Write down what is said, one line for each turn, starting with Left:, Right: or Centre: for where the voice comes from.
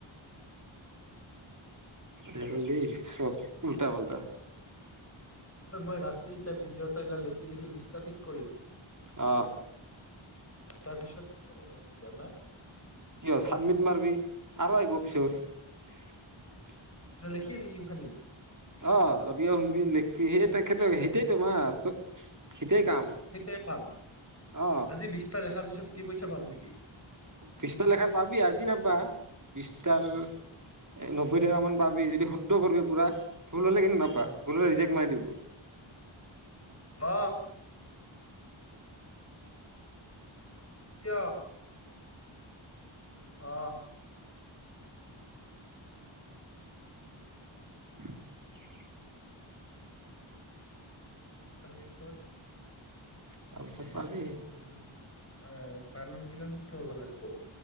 Right: লেবেল দি
Left: হয়
Right: চব উল্টা পাল্টা।
Left: হয় মই ৰাতি ভিডি'অ এটা এই লিখি লিখি বিচ টা ঠিক কৰিম।
Right: অ
Left: তাৰ পিছত কি চকলালে, তুমি জানা।
Right: কিয় চাবমিট মাৰিবি, আৰু আহিব পিছত।
Left: লিখিয়ে থাকিম খালি।
Right: অ' অডি'অ শুনবি লিখিবি সেই তাকেটো সেইটোয়ে তোমাৰ সইটোয়ে কাম।
Left: সেইটোৱে কাম
Right: অ
Left: আজি বিশটা লেখাৰ পিছত কি পইচা পাম নেকি?
Right: বিছটাৰ লেখা পাবি, আজি নাপাৱ। বিছটাৰ
Left: অ'
Right: এ নব্বৈ টকা মান পাবি। যদি শুদ্ধ কৰিবি পুৰা ভুল হলে কিন্তু নাপাৱ,
Left: অ'
Right: ভুল হলে ৰিজেক্ট মাৰি দিব।
Left: হঁ কিয়। আহ
Right: উম <unintelligible>
Left: তাৰপিছত
Right: তাৰপিছত
Left: এ
Right: পাবি
Left: তাৰপিছত আহ বানান গিলা শুদ্ধ হ'ব লাগিব।